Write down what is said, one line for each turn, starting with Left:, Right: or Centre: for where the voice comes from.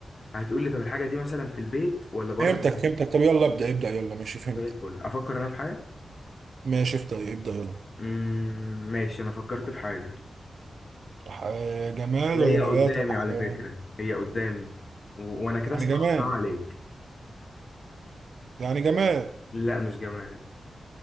Left: هتقول لي طب الحاجه دي مثلا في البيت ولا بره
Right: فهمتك
Left: البيت
Right: فهمتك طب يلا ابدا ابدا يلا ماشي فهمتك
Left: زي الفل افكر انا في حاجه
Right: ماشي ابدا ابدا يلا
Left: مم، ماشي انا فكرت في حاجه
Right: ح- جماد
Left: وهي
Right: ولا نبات
Left: قدامي
Right: ولا
Left: على
Right: حيوان
Left: فكرة هي قدامي و... وانا كده
Right: يعني
Left: صعبتها
Right: جماد
Left: عليك
Right: يعني جماد
Left: لا مش جماد